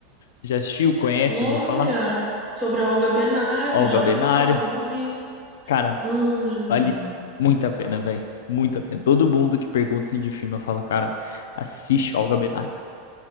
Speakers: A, on the left; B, in the centre.
A: já assistiu, conhece,
B: Olha,
A: já ouviu falar?
B: sobre a Olga Benário,
A: Olga
B: já
A: Benário.
B: ouvi falar, mas eu não vi.
A: Cara,
B: Hum.
A: Vale muito a pena, velho. Muito a pena. Todo mundo que pergunta assim, de filme, eu falo, cara, assiste o Olga Benário.